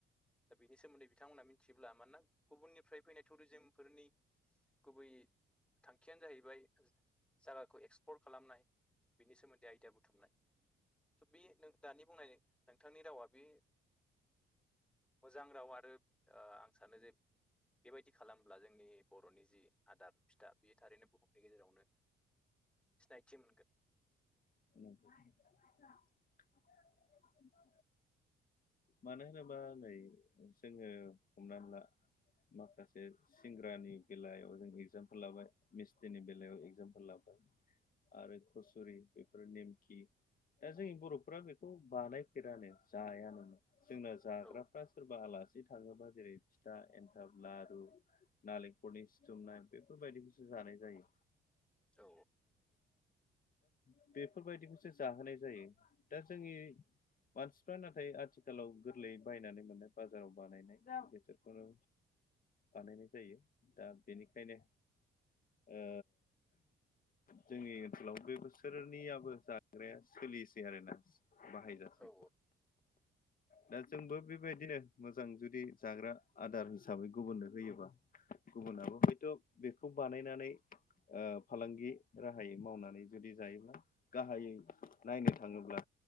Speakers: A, in the centre; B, on the left.
A: दा बेनि सोमोन्दै बिथांमोना मिथियोब्ला मानोना गुबुननिफ्राय फैनाय टुरिजिमफोरनि गुबै थांखियानो जाहैबाय जायगाखौ एक्सप्लर खालामनाय बिनि सोमोन्दै आइडिया बुथुमनाय स' बे दानि बुंनाय नोंथांनि रावा बे मोजां राव आरो ओ आं सानो जे बेबायदि खालामब्ला जोंनि बर'नि जि आदार फिथा बेयो थारैनो बुहुमनि गेजेरावनो सिनायथि मोनगोन
B: <inaudible>
A: <inaudible>
B: मानो होनोबा नै जोङो हमनानै ला माखासे सिंग्रानि बेलायाव जों एगजामपोल लाबाय मिस्तिनि बेलायाव एगजामपोल लाबाय आरो खसुरि बेफोर नेमखि दा जोंनि बर'फ्रा बेखौ बानायफेरानो जाया नोमोन जोंना जाग्राफ्रा
A: औ
B: सोरबा आलासि थाङोबा जेरै फिथा एन्थाब लारु नालेंखलनि सिथुमनाय बेफोरबायदिखौसो जानाय जायो
A: औ
B: <unintelligible> बेफोरबायदिखौसो जाहोनाय जायो दा जोंनि मानसिफ्रा नाथाय आथिखालाव गोरलैयै बायनानै मोननाय बाजाराव बानायनाय बेसोरखौनो बानायनाय जायो दा बेनिखायनो ओ जोंनि ओनसोलाव बे बुसु सोरनियाबो जाग्राया सोलिसै आरोना बाहायजासै
A: औ
B: दा जोंबो बेबायदिनो मोजां जुदि जाग्रा आदार हिसाबै गुबुननो होयोबा गुबुनाबो हयथ' बेखौ बानायनानै ओ फालांगि राहायै मावनानै जुदि जायोब्ला गाहायै नायनो थाङोब्ला